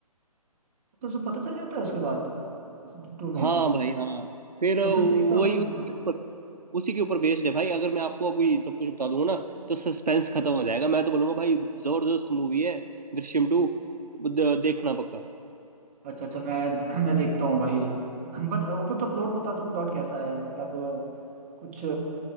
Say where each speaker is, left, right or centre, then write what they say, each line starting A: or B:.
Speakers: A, on the right; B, on the right.
A: तो उसको पता चल जाता है उसके बाद टू में
B: हाँ भाई हाँ फिर वही
A: तो फिर तो ये तो
B: उसके
A: अ,
B: ऊपर उसी के ऊपर बेस्ड है भाई अगर मैं आपको अभी सब कुछ बता दूंगा ना तो सस्पेंस खत्म हो जाएगा मैं तो बोलूंगा भाई जबरदस्त मूवी है दृश्यम टू देखना पक्का
A: अच्छा अच्छा मैं मैं देखता हूँ भाई बट ऊपर तो प्लॉट बता दो प्लॉट कैसा है मतलब अ, कुछ